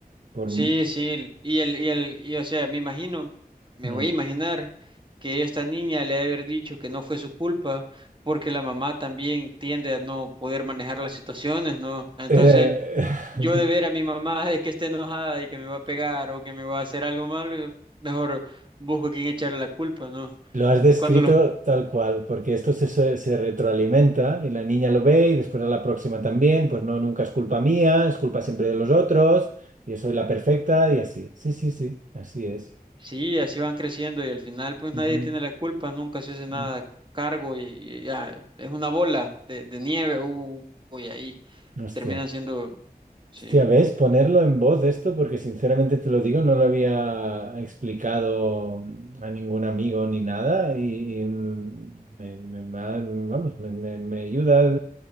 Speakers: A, on the right; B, on the right.
A: Por...
B: Sí,
A: Mm.
B: sí, y el, y el, y o sea, me imagino, me
A: Mm.
B: voy a imaginar que esta niña le ha de haber dicho que no fue su culpa, porque la mamá también tiende a no poder manejar las situaciones, ¿no? Entonces,
A: Eh,
B: yo
A: <laughs>
B: de ver a mi mamá de que esté enojada y que me va a pegar o que me va a hacer algo malo, yo mejor busco a quien echarle la culpa, ¿no?
A: Lo has descrito
B: Eh, Cuando los,
A: tal cual, porque esto se, se- se retroalimenta y la niña lo ve y después a la próxima también, pues no, nunca es culpa mía, es culpa siempre de los otros, yo soy la perfecta y así. Sí, sí, sí, así es.
B: sí, así van creciendo y al final, pues
A: Ujú,
B: nadie tiene la culpa, nunca se hace nada
A: ujú.
B: cargo y, y ya, es una bola de, de nieve, uh, uy, ahí.
A: Hostia.
B: terminan siendo, sí,
A: Hostia, ¿ves? Ponerlo en voz esto, porque sinceramente te lo digo, no lo había explicado a ningún amigo ni nada y, y mm, me, me- me ha- vamos, me, me- me ayuda,